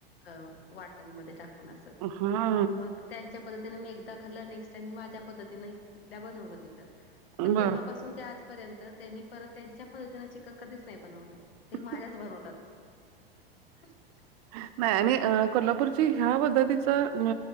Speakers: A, on the left; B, on the right.
A: अ वाटणमध्ये टाकून असं
B: हा
A: मग त्यांच्या पद्धतीन मी एकदा खाल्लं नेक्ट टाइम मी माझ्या पद्धतीन इथल्या बनवलं तिथं
B: हा
A: पण
B: बर.
A: तेव्हापासून ते आजपर्यंत त्यांनी परत त्यांच्या पद्धतीन चिकन कधीच नाही बनवलंय ते माझ्याच
B: नाही
A: बनवतात <inaudible>
B: नाही आणि कोल्हापूरची ह्या पद्धतीच अं